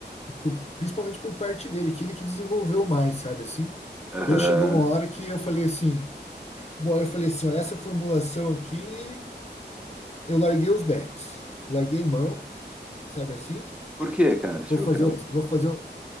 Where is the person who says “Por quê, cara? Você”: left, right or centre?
Centre